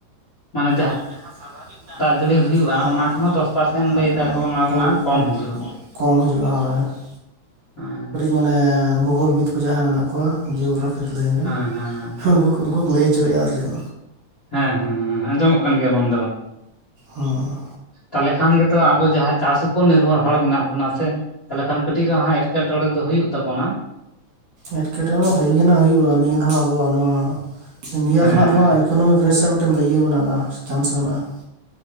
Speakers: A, on the left; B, on the right.
A: ᱢᱟᱱᱮ
B: ᱟᱱᱮ ᱡᱟᱦᱟᱸ ᱥᱟᱵᱷᱟᱵᱤᱠ ᱫᱟᱜ
A: ᱡᱟᱹᱲᱤ ᱦᱩᱭᱩᱜᱼᱟ
B: <unintelligible>
A: ᱚᱱᱟ ᱠᱷᱚᱱ ᱦᱚᱸ ᱫᱚᱥ ᱯᱟᱨᱥᱮᱱ ᱞᱟᱹᱭ ᱫᱟᱠᱚ ᱵᱟᱝᱢᱟ ᱠᱚᱢ ᱦᱤᱡᱩᱜᱼᱟ
B: ᱠᱚᱢ ᱦᱤᱡᱩᱜᱼᱟ ᱾
A: <unintelligible>
B: ᱢᱟᱱᱮ ᱵᱷᱩᱜᱳᱞ ᱵᱤᱫ ᱠᱚ ᱡᱟᱦᱟᱸᱭ ᱢᱮᱱᱟᱜ ᱠᱚᱣᱟ, ᱡᱤᱭᱳᱜᱨᱟᱯᱷᱤ ᱞᱟᱹᱭ ᱵᱤᱱ
A: ᱦᱮᱸ ᱦᱮᱸ
B: ᱩᱱᱠᱩ ᱩᱱᱠᱩ ᱠᱚ ᱞᱟᱹᱭ ᱦᱚᱪᱚᱭᱮᱜᱼᱟ ᱟᱨ ᱪᱮᱫ।
A: ᱦᱮᱸᱻ ᱦᱮᱸᱻ ᱦᱮᱸᱻ ᱟᱸᱡᱚᱢᱚᱜ ᱠᱟᱱ ᱜᱮᱭᱟ ᱵᱟᱝ
B: ᱚᱸᱻ᱾
A: ᱛᱟᱞᱮ ᱠᱷᱟᱱ ᱜᱮᱛᱚ ᱟᱵᱚ ᱡᱟᱦᱟᱸ ᱪᱟᱥ ᱩᱯᱚᱨ ᱱᱤᱨᱵᱷᱚᱨ ᱦᱚᱲ ᱢᱮᱱᱟᱜ ᱵᱚᱱᱟ ᱥᱮ, ᱛᱟᱞᱮ ᱠᱷᱟᱱ ᱠᱟᱹᱴᱤᱡ ᱨᱮᱦᱟᱸ ᱼᱼ ᱮᱴᱠᱮᱴᱚᱬᱮ ᱫᱚ ᱦᱩᱭᱩᱜ ᱛᱟᱵᱚᱱᱟ ᱾
B: ᱮᱸᱴᱠᱮᱴᱚᱬᱮ ᱦᱩᱭ ᱠᱟᱱᱟ ᱦᱩᱭᱩᱜᱼᱟ ᱱᱤᱭᱟᱹ ᱫᱷᱟᱹᱣ ᱟᱵᱚᱣᱟᱜ ᱱᱚᱣᱟ ᱼᱼ ᱤᱱᱰᱤᱭᱟ
A: ᱦᱮᱸ
B: ᱨᱮᱱᱤᱝ ᱮᱠᱳᱱᱚᱢᱤᱠ ᱨᱮᱥᱮᱤᱠᱳᱱᱚᱢ ᱫᱚ ᱢᱮᱱᱟᱜᱼᱟ ᱪᱟᱱᱥ ᱢᱮᱱᱟᱜᱼᱟ ᱾